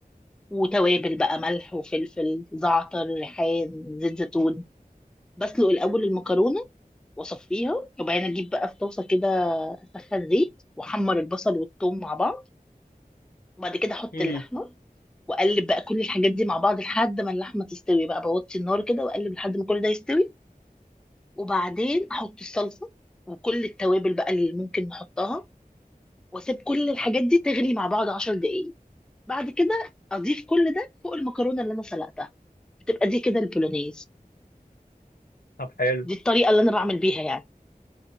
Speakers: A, in the centre; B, on the left (about 80°).
A: وتوابل بقى ملح وفلفل زعتر ريحان زيت زيتون بسلق الاول المكرونه واصفيها وبعدين اجيب بقى في طاسه كده اسخن زيت واحمر البصل والثوم مع بعض وبعد كده احط
B: امم
A: اللحمه واقلب بقى كل الحاجات دي مع بعض لحد ما اللحمه تستوي بقى بوطي النار كده واقلب لحد ما كل ده يستوي وبعدين احط الصلصه وكل التوابل بقى اللي ممكن نحطها واسيب كل الحاجات دي تغلي مع بعض 10 دقايق بعد كده اضيف كل ده فوق المكرونه اللي انا سلقتها بتبقى دي كده البولونيز
B: طب حلو
A: دي الطريقه اللي انا بعمل بيها يعني